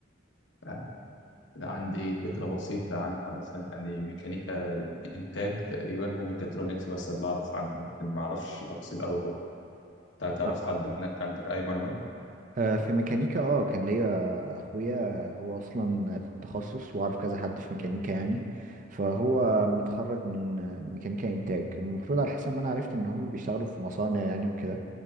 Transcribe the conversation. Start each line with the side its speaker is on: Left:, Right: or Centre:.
Left: آه، عندي فكره بسيطه عنها مثلا يعني ميكانيكا انتاج تقريبا وميكاترونكس بس اللي اعرف عنهم ما اعرفش تفاصيل قوي جوه تع- تعرف
Right: لا.
Left: حد هناك عندك اي معلومات
Right: آه، في ميكانيكا اه كان ليا اخويا هو اصلا في التخصص واعرف كذا حد في ميكانيكا يعني فهو متخرج من ميكانيكا انتاج المفروض على حسب ما انا عرفت ان هم بيشتغلوا في مصانع يعني وكده